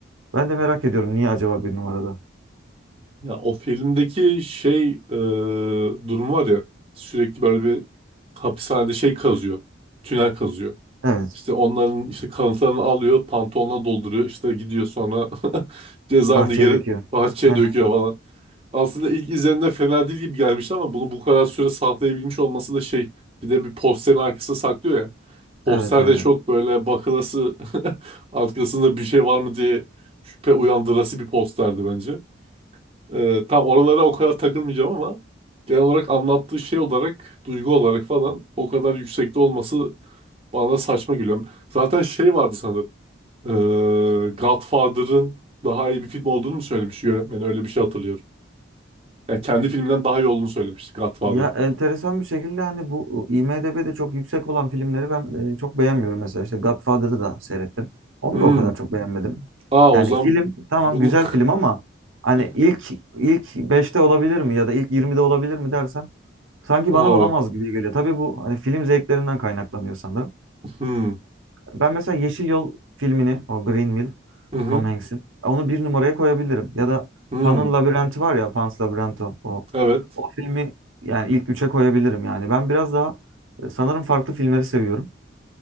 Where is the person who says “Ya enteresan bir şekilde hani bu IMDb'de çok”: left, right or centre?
Right